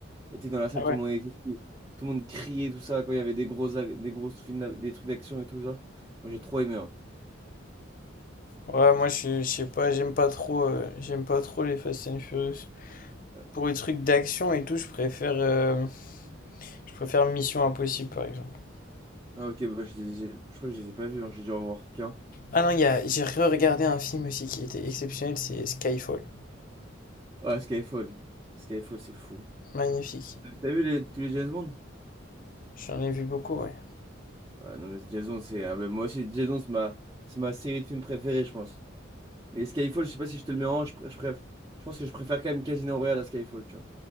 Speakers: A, on the right; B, on the left.
A: était dans la salle,
B: Ah
A: tout
B: ouais.
A: le monde était fou. Tout le monde criait, tout ça, quand il y avait des gros, ac- des grosses films, d'a- des trucs d'action et tout ça. Moi, j'ai trop aimé. hein.
B: Ouais,
A: C'était-
B: moi, je, je sais pas, j'aime pas trop, euh, j'aime pas trop les Fast and Furious.
A: euh,
B: Pour les trucs d'action et tout, je préfère... euh, Je préfère Mission Impossible, par exemple.
A: Ah, ok, bah, je, les ai- je crois que je les ai pas vus, hein, J'ai dû en voir qu'un.
B: Ah non, il y a- j'ai re-regardé un film aussi qui était exceptionnel, c'est Skyfall.
A: Ouais, Skyfall. Skyfall, c'est fou.
B: Magnifique.
A: T'as vu les- tous les James Bond?
B: J'en ai vu beaucoup, ouais.
A: Ouais, non, mais James Bond, c'est. ah, mais moi aussi, James Bond, c'est ma... c'est ma série de films préférée, je pense. Mais Skyfall, je sais pas si je te le mets en. Je, pr- je, préf- je pense que je préfère quand même Casino Royale à Skyfall, tu vois.